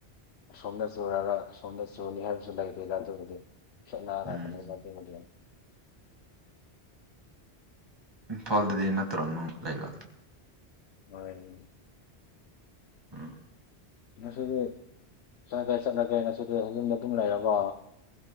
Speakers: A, on the left; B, on the right.
A: ꯑꯁꯣꯝꯗ ꯆꯨꯔꯒ ꯑꯁꯣꯝꯗ ꯆꯨꯅꯤ ꯍꯥꯏꯕꯁꯨ ꯂꯩꯇꯦꯗ ꯑꯗꯨꯕꯨꯗꯤ ꯈꯦꯠꯅꯔꯕꯅꯤꯗ
B: ꯎꯝ
A: ꯑꯗꯨꯕꯨꯗꯤ
B: ꯏꯝꯐꯥꯜꯗꯗꯤ ꯅꯠꯇ꯭ꯔꯣ ꯅꯪ ꯂꯩꯕ
A: ꯍꯣꯏ
B: ꯎꯝ
A: ꯉꯁꯤꯗꯤ ꯀꯥꯏ ꯀꯥꯏ ꯆꯠꯂꯒꯦ ꯉꯁꯤꯗꯤ ꯌꯨꯝꯗ ꯑꯗꯨꯝ ꯂꯩꯔꯕꯣ